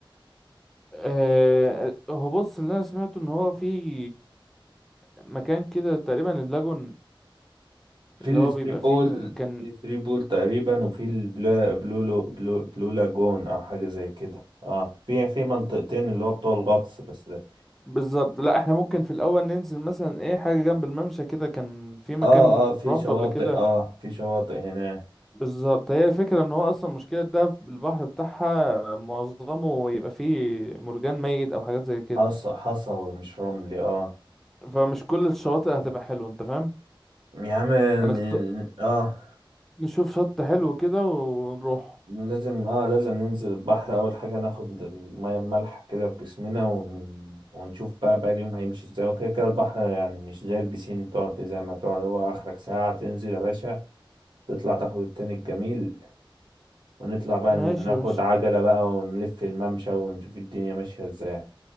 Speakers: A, in the centre; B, on the right (about 55°).
A: آه، هو بص اللي انا سمعته ان هو في مكان كده تقريبا اللاجون
B: في
A: اللي
B: الثري
A: هو بيبقى فيه
B: بول
A: ال... كان
B: في الثري بول تقريبا وفي البلا بلو لو بلو, بلو لاجون او حاجه زي كده اه في في منطقتين اللي هو بتوع الغطس بس ده.
A: بالظبط لا احنا ممكن في الاول ننزل مثلا ايه حاجه جنب الممشى كده كان في مكان
B: اه اه في
A: روحته
B: شواطئ
A: قبل كده
B: اه في شواطئ هنا
A: بالظبط هي الفكرة ان هو اصلا مشكلة ده البحر بتاعها معظمه يبقى فيه مرجان ميت او حاجات زي كده
B: حصى حصوي مش رملي اه
A: فمش كل الشواطئ هتبقى حلوة انت فاهم
B: يا عم
A: فنخت...
B: اه
A: نشوف شط حلو كده ونروح
B: لازم اه لازم ننزل البحر اول حاجه ناخد الميه المالحه كده في جسمنا ون... ونشوف بقى بقى اليوم هيمشي ازاي وكده كده البحر يعني مش زي البسين تقعد فيه زي ما تقعد هو اخرك ساعه تنزل يا باشا تطلع تاخد التاني الجميل ونطلع بقى
A: ماشي
B: ناخد
A: يا باشا
B: عجلة بقى ونلف الممشى ونشوف الدنيا ماشية ازاي